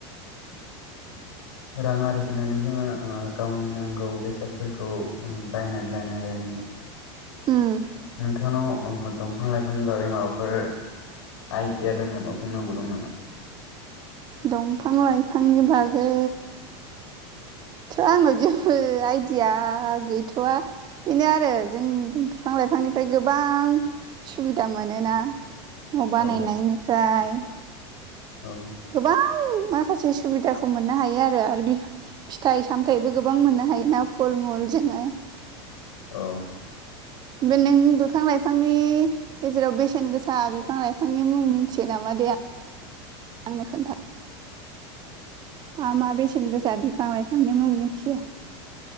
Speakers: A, on the left; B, on the right.
A: राङारि फुनानै जोङो ओ गावनि नांगौ बेसादफोरखौ बायनानै लानो हायो आरोना।
B: उम
A: नोंथांनाव ओ दंफां लाइफांनि बागै माबाफोर आइडिया दं नामा बुंनांगौ दं नामा?
B: दंफां लाइफांनि बागै थ' आङो जेबो आइडिया गैथ'वआ। बेनो आरो जों बिफां लाइफांनिफ्राय गोबां सुबिदा मोनोना न' बानायनायनिफ्राय
A: औ औ
B: गोबां माखासे सुबिदाखौ मोननो हायो आरो। आरो बे फिथाइ सामथाइबो गोबां मोननो हायोना फल मुल जोङो।
A: अ।
B: उमफ्राय नों बिफां लाइफांनि गेजेराव बेसेन गोसा बिफां लाइफांनि मुं मिन्थियो नामा दे आंनो खोन्था मा मा बेसेन गोसा बिफां लाइफांनि मुं मिथियो।